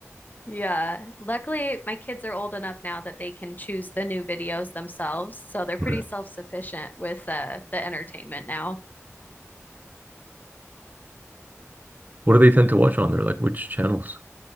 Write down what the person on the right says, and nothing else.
Okay.
What do they tend to watch on there? Like which channels?